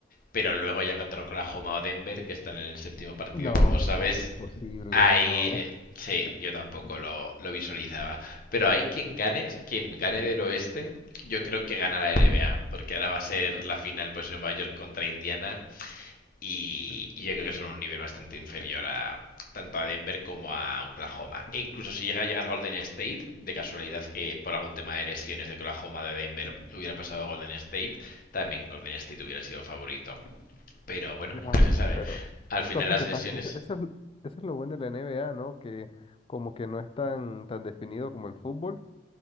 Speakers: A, on the left (about 50°); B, on the left (about 30°).
A: Pero luego ya contra Oklahoma o Denver, que están en el séptimo partido,
B: No,
A: como sabes,
B: hermano, imposible,
A: hay...
B: no.
A: eh,
B: <laughs>
A: sí, yo tampoco lo, lo visualizaba. Pero hay quien gane, quien gane del oeste, yo creo que gana la NBA, porque ahora va a ser la final, pues Nueva York contra Indiana. Y, y yo creo que son un nivel bastante inferior a tanto a Denver como a Oklahoma. E incluso si llega a llegar Golden State, de casualidad que por algún tema de lesiones de Oklahoma de Denver hubiera pasado a Golden State, también Golden State hubiera sido favorito. Pero bueno,
B: No,
A: nunca se sabe.
B: pero
A: Al final
B: cosas
A: las
B: que
A: lesiones
B: pasan. Eso, eso es, eso es lo bueno de la NBA, ¿no? Que como que no es tan, tan definido como el fútbol.